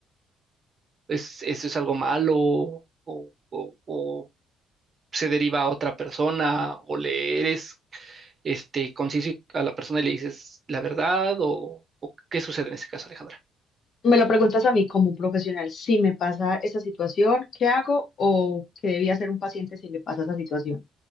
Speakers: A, on the right; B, on the left.
A: ¿Es, eso es algo malo o, o, o se deriva a otra persona o le eres este, conciso a la persona y le dices la verdad o, o qué sucede en ese caso, Alejandra?
B: Me lo preguntas a mí como profesional, si me pasa esa situación, ¿qué hago? ¿O qué debía hacer un paciente si le pasa esa situación?